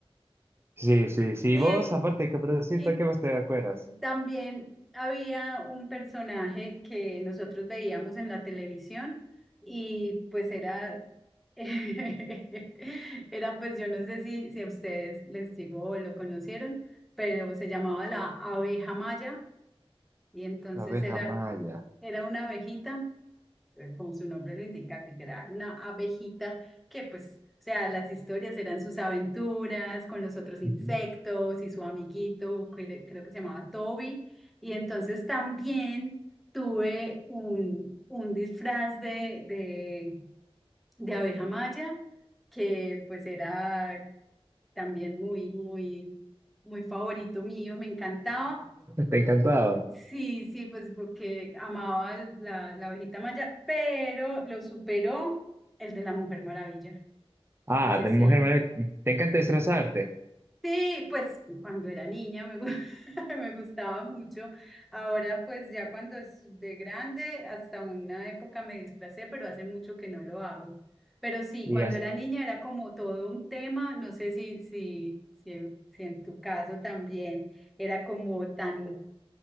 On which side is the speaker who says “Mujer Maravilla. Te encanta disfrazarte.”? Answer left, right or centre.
Right